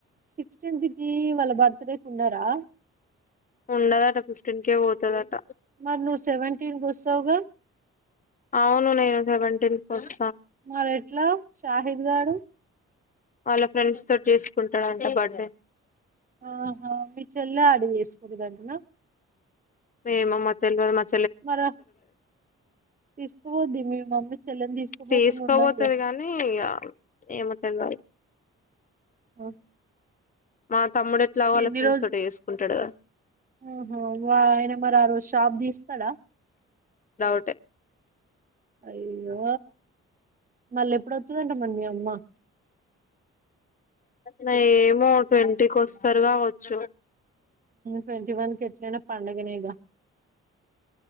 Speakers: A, on the right (about 25°); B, on the left (about 25°).
A: సిక్స్టీన్త్ కి వాళ్ళ బర్త్ డేకి ఉన్నారా
B: ఉండదట ఫిఫ్టీన్ కే పోతదట
A: మరి నువ్వు సెవెంటీన్కి వస్తావుగా
B: అవును నేను సెవెంటీన్ కోస్
A: మరి ఎట్లా షాహిద్ గాడు
B: వాళ్ళ ఫ్రెండ్స్ తోటి చేసుకుంటాడంట బర్త్డే
A: ఆహా మీ చెల్ల ఆడి చేసుకూడదంటన
B: ఏమో మరి తెల్వదు నాకు
A: మరి తీసుకుపోద్ది మీ మమ్మీ చెల్లెని తీసుకుపోకుండా
B: తీసుకోబోతది
A: ఉండదుగా
B: కానీ ఇక ఏమో తెల్వదు
A: ఆహా,
B: మా తమ్ముడు ఎట్లా వాళ్ళ
A: ఎన్ని
B: ఫ్రెండ్స్
A: రోజులు
B: తోట చేసుకుంటడుగా
A: ఆహా వా ఆయన మరి ఆ రోజు షాప్ తీస్తాడా
B: డౌటే
A: అయ్యయ్యో మళ్ళీ ఎప్పుడొత్తదంట మీ అమ్మ
B: న ఏమో ట్వంటీకి వస్తారు కావచ్చు
A: ట్వంటీ వన్ కి ఎట్లైనా పండగనేగా